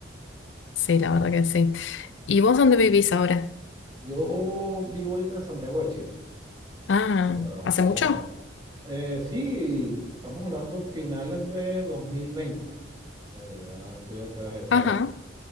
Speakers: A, on the left; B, on the right.
A: Sí,
B: Ah,
A: la verdad que sí. ¿Y vos dónde vivís ahora?
B: yo vivo ahorita en Santiago de Chile,
A: Ah,
B: o sea, estamos
A: ¿hace mucho?
B: a, eh, sí, estamos hablando finales de 2020. Bueno, ya estoy acá desde esa
A: Ajá,
B: época.